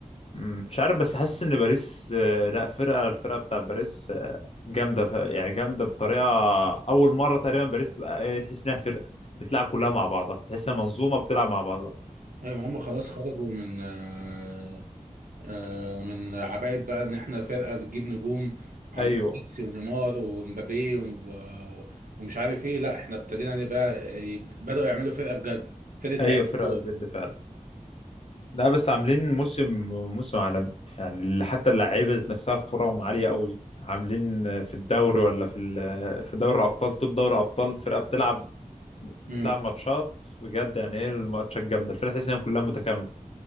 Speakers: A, on the left; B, on the right.
A: مم، مش عارف بس حاسس إن باريس آه، لا فرقة الفرقة بتاع باريس جامده ف... يعني جامده بطريقه اول مره تقريبا باريس تبقى ايه تحس انها فرقه بتلعب كلها مع بعضها تحس انها منظومه بتلعب مع بعضها
B: ايوه ما هم خلاص خرجوا من آه، آه، من عباءة بقى ان احنا فرقة بتجيب نجوم عندنا
A: ايوه
B: ميسي ونيمار ومبابي و- ومش عارف ايه لا احنا ابتدينا نبقى يبد- بدأوا يعملوا فرقة بجد فرقة
A: ايوه
B: لعيبة
A: فرقه
B: كورة
A: بجد فعلا لا بس عاملين موسم موسم عالمي يعني حتى اللعيبه ذات نفسها فرقهم عاليه قوي عاملين في الدوري ولا في ال... في دوري الابطال طول دوري ابطال فرقه بتلعب بتلعب
B: امم
A: ماتشات بجد يعني ايه الماتشات جامده الفرقه تحس انها كلها متكامله